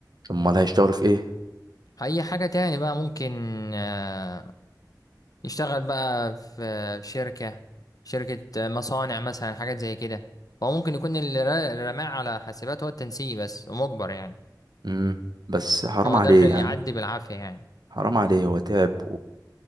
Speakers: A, on the right; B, on the left.
A: امال هيشتغلوا في ايه
B: اي حاجه تاني بقى ممكن آه، يشتغل بقى في في شركه شركه آه، مصانع مثلا حاجات زي كده فهو ممكن يكون اللي را- اللي رماه على حاسبات هو التنسيق بس ومجبر يعني
A: امم بس حرام
B: فهو
A: عليه
B: داخل
A: يعني
B: يعدي بالعافية يعني
A: حرام عليه هو تعب